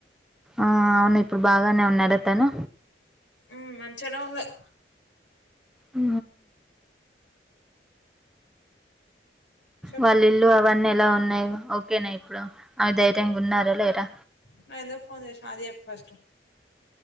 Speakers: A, in the centre; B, on the left (about 85°).
A: ఆ అవును. ఇప్పుడు బాగానే ఉన్నాడ తను?
B: మ్ మంచిగనే ఉన్నయి.
A: ఆ
B: చెప్పు
A: వాళ్ళిళ్ళు అవన్నీ ఎలా ఉన్నాయిగ? ఓకేనా ఇప్పుడు ఆమె ధైర్యంగా ఉన్నారా లేరా?
B: నువ్ ఎందుకు ఫోన్ చేసినవ్ అది చెప్పు ఫస్ట్.